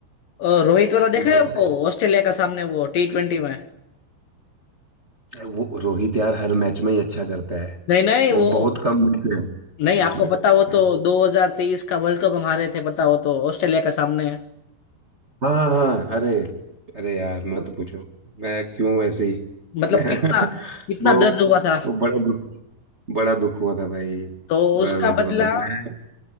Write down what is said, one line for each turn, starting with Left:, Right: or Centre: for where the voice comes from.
Left: अ, रोहित वाला
Right: संभालता
Left: देखा है वो ऑस्ट्रेलिया का सामने वो टी ट्वेंटी में
Right: वो रोहित यार हर मैच में ही अच्छा करता है
Left: नहीं नहीं
Right: वो
Left: वो
Right: बहुत कम मैच है
Left: नहीं
Right: जिसमें
Left: आपको
Right: नहीं
Left: पता हो तो 2023 का वर्ल्ड कप हम हारे थे पता हो तो ऑस्ट्रेलिया का सामने
Right: हाँ हाँ हाँ अरे अरे यार मत पूछो मैं क्यों वैसे ही
Left: मतलब
Right: <laughs>
Left: कितना कितना
Right: वो
Left: दर्द हुआ था
Right: वो बड़ा दुख बड़ा दुख हुआ था भाई
Left: तो
Right: बड़ा
Left: उसका
Right: दुख हुआ
Left: बदला
Right: था मैं